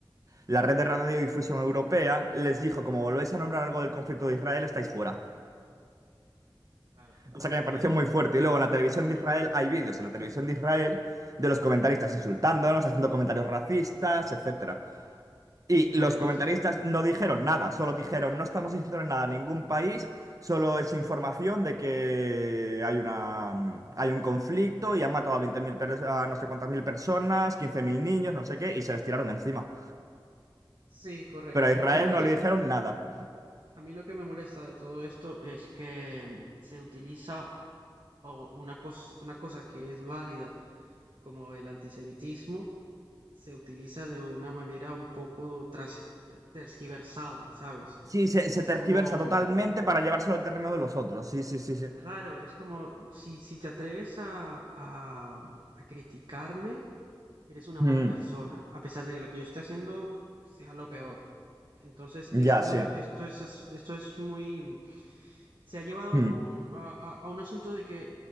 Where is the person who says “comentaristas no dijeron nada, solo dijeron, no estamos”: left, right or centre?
Right